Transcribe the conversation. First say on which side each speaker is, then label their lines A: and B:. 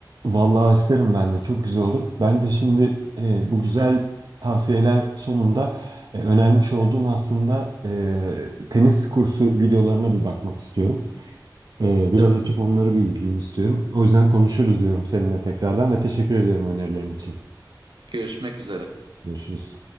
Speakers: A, on the right; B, on the right.
A: Vallahi isterim ben de çok güzel olur. Ben de şimdi e, bu güzel tavsiyeler sonunda e, önermiş olduğun aslında e, tenis kursu videolarına bir bakmak istiyorum. E, biraz
B: Tabii.
A: açıp onları bir izleyeyim istiyorum. O yüzden konuşuruz diyorum seninle tekrardan ve teşekkür ediyorum önerilerin için.
B: Görüşmek üzere.
A: Görüşürüz.